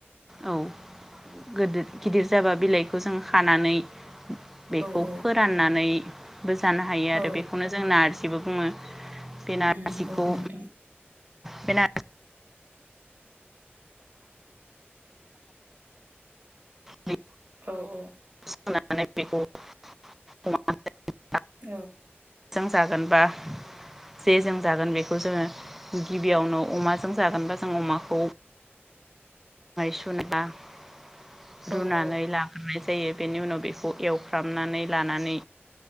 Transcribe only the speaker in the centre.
औ गोदोर गिदिर जाबा बिलाइखौ जों खानानै बेखौ
फोराननानै बो जानो हायो आरो
बे जों नारजिबो बुङो बे नारजिखौ
बे ना <inaudible>
<inaudible>
जों जागोनबा जेजों जागोन बेखौ जोङो गिबियावनो अमाजों जागोनबा जों अमाखौ माइ <inaudible> रुनानै
लाग्रोनाय जायो बेनि उनाव बेखौ एवफ्रामनानै लानानै